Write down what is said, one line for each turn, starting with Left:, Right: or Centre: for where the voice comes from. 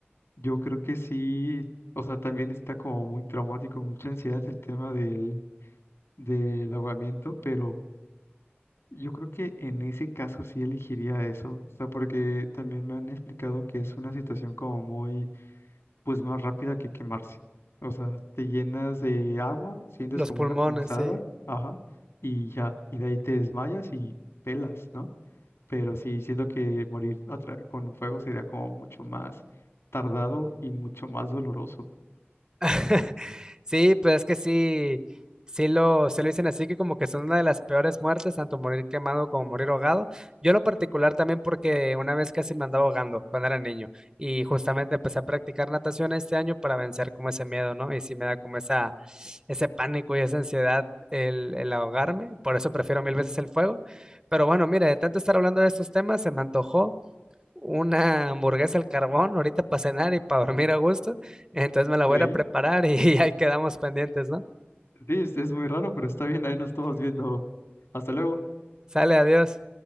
Left: Yo creo que sí, o sea, también está como muy traumático, mucha ansiedad el tema del, del ahogamiento, pero... Yo creo que en ese caso sí elegiría eso, o sea, porque también me han explicado que es una situación como muy, pues más rápida que quemarse. O sea, te llenas de agua, sientes
Right: Los
Left: como
Right: pulmones,
Left: una punzada,
Right: sí.
Left: ajá, y ya, y de ahí te desmayas y pelas, ¿no? Pero sí, siento que morir atra- con fuego sería como mucho más tardado y mucho más doloroso.
Right: <laughs> Sí, pues es que sí, sí lo, se lo dicen así que como que son una de las peores muertes, tanto morir quemado como morir ahogado. Yo en lo particular también porque una vez casi me andaba ahogando cuando era niño y justamente empecé a practicar natación este año para vencer como ese miedo, ¿no? Y sí me da como esa, ese pánico y esa ansiedad el, el ahogarme, por eso prefiero mil veces el fuego. Pero bueno, mira, de tanto estar hablando de estos temas, se me antojó una hamburguesa al carbón ahorita para cenar y para <laughs> dormir a gusto. Entonces me la voy
Left: Ey,
Right: a ir a preparar y <laughs> ahí quedamos pendientes, ¿no?
Left: Sí, es, es muy raro, pero está bien, ahí nos estamos viendo. Hasta luego.
Right: Sale, adiós.